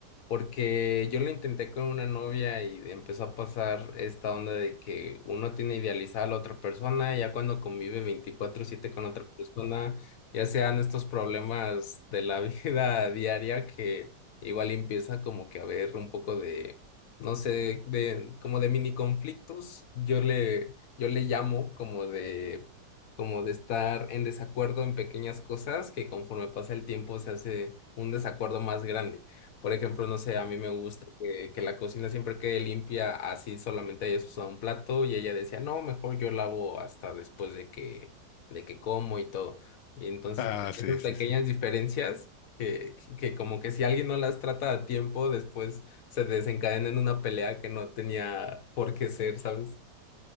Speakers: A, on the left; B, on the left.
A: porque yo lo intenté con una novia y empezó a pasar esta onda de que uno tiene idealizada a la otra persona, ya cuando convive veinticuatro siete con otra persona, ya sean estos problemas de la <laughs> vida diaria que igual empieza como que a haber un poco de no sé, de como de mini conflictos, yo le, yo le llamo como de, como de estar en desacuerdo en pequeñas cosas que conforme pasa el tiempo se hace un desacuerdo más grande. Por ejemplo, no sé, a mí me gusta que, que la cocina siempre quede limpia, así solamente hayas usado un plato y ella decía, no, mejor yo lavo hasta después de que, de que como y todo. Y entonces
B: ah,
A: como que
B: sí,
A: esas pequeñas
B: sí, sí.
A: diferencias que, que que como que si alguien no las trata a tiempo, después se desencadena en una pelea que no tenía por qué ser, ¿sabes?